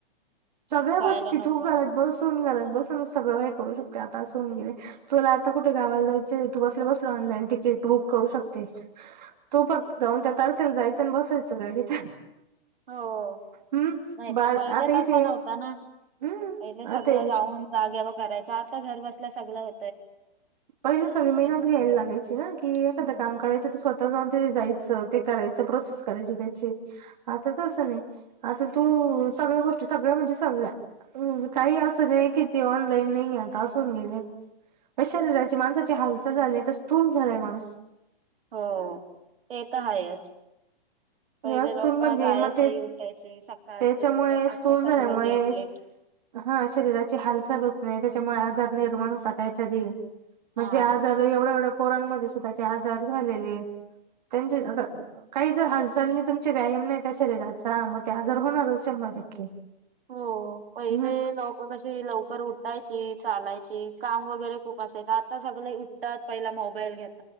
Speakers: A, on the right; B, on the right.
A: सगळ्या
B: जायला
A: गोष्टी
B: नको.
A: तू घरात बसून घरात बसून मग सगळं काही करू शकते आता असं होऊन गेले तुला आता कुठे गावायला जायचं तू बसले बसल ऑनलाईन तिकीट, बुक करू शकते तो फक्त जाऊन त्या तारखेला जायच आणि बसायच गाडीत.
B: हो
A: हम्म
B: नाही
A: बार
B: तर पहिले
A: आता
B: तसा
A: इथे
B: नव्हता ना?
A: हम्म
B: पहिले सगळ
A: आता
B: जाऊन जागे व करायच आतता घर बसल्या सगळ हो.
A: पहिले सगळी मेहनत
B: मीडियामुळे
A: घ्यायला लागायची ना कि एखादं
B: हम्म.
A: काम
B: हम्म.
A: करायचं तर स्वतः जाऊन, जायच ते करायच प्रोसेस करायची त्याची आता तस नाही. आता तू सगळ्या गोष्टी सगळ्या म्हणजे सगळ्या काही असं नाही किती ऑनलाईन नाहीेये आता असून गेले. अ शरीराची माणसाची हालचाल झाली तर स्थूल झालाय माणूस.
B: हो ते तर आहेच. पहिले
A: या स्थूल
B: लोकर
A: म्हणजे
B: जायची
A: मग ते
B: उठायची सकाळची
A: त्याच्यामुळे
B: लोकर
A: स्थूल
B: आता सगळ
A: झाल्यामुळे
B: लेट लेट.
A: हा शरीराची हालचाल होत नाही. त्या मुळे आजार निर्माण होता काहीतरी म्हणजे
B: हा.
A: आजार एवढ एवढ पोरांमध्ये सुद्धा ते आजार झालेले त्यां काही जर चालणे तुमचे व्यायाम नाही त्या शरीराचा मग ते आजर होणारच शंभर टक्के.
B: हो! पहिले
A: हम्म
B: लोक कशी लवकर उठायची चालायची, काम वगैरे खूप असायच आता सगळे उठतात पहिला मोबाईल घेत